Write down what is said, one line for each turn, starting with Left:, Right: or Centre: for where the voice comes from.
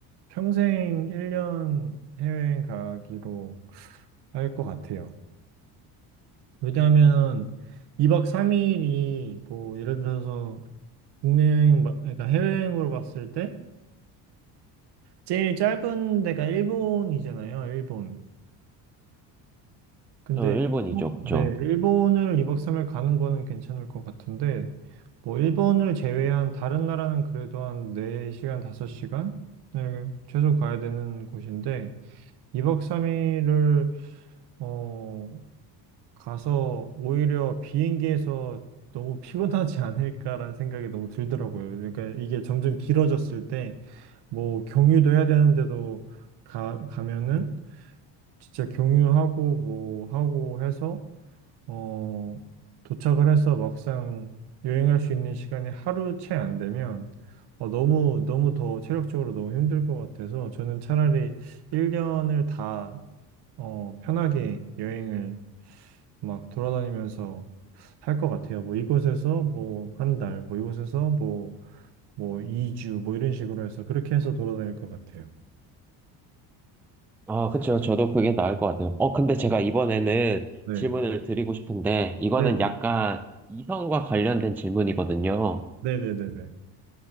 Right: 평생 1년 해외여행 가기로 할 것 같아요. 왜냐하면, 2박 3일이 뭐 예를 들어서 국내 여행, 마- 그러니까 해외여행으로 봤을 때 제일 짧은 데가 일본이잖아요, 일본. 근데
Centre: 어, 일본이죠
Right: 어,
Centre: 그죠?
Right: 네, 일본을 2박 3일 가는 거는 괜찮을 것 같은데 뭐 일본을 제외한 다른 나라는 그래도 한 4시간, 5시간을 최소 가야 되는 곳인데 2박 3일을 어, 가서 오히려 비행기에서 너무 피곤하지 않을까라는 생각이 너무 들더라고요. 그러니까 이게 점점 길어졌을 때 뭐 경유도 해야 되는데도 가, 가면은 진짜 경유하고 뭐 하고 해서 어 도착을 해서 막상 여행할 수 있는 시간이 하루 채 안 되면 어, 너무 너무 더 체력적으로 너무 힘들 것 같아서 저는 차라리 1년을 다 어, 편하게 여행을 막 돌아다니면서 할 것 같아요. 뭐 이곳에서 뭐 한 달, 뭐 이곳에서 뭐 뭐 2주 뭐 이런 식으로 해서 그렇게 해서 돌아다닐 것 같아요.
Centre: 아, 그쵸. 저도 그게 나을 것 같아요. 어, 근데 제가 이번에는
Right: 네.
Centre: 질문을 드리고 싶은데, 이거는
Right: 네네.
Centre: 약간 이성과 관련된 질문이거든요.
Right: 네네네네.